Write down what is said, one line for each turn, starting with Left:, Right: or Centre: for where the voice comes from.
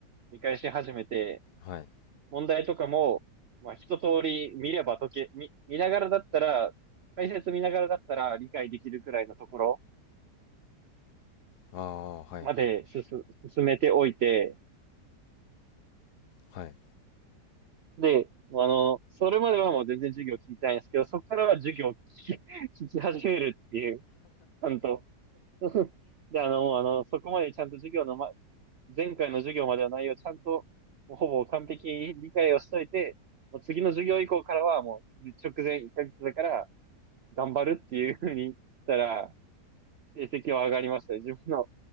Right: 見返し始めて、
Left: はい。
Right: 問題とかも、まあ、一通り見れば解け、見、見ながらだったら、解説見ながらだったら理解できるくらいのところ
Left: ああ、はいはい。
Right: まで進、進めておいて、
Left: はい。
Right: で、あの、それまではもう全然授業聞いてないんですけど、そこからは授業を聞き、<laughs> 聞き始めるっていう、ちゃんと。<laughs> で、あの、もうあの、そこまでちゃんと授業の、ま、前回の授業までの内容をちゃんと、もうほぼ完璧に理解をしといて、もう次の授業以降からはもう直前1ヶ月だから頑張るっていうふうにしたら、成績は上がりましたね。自分の、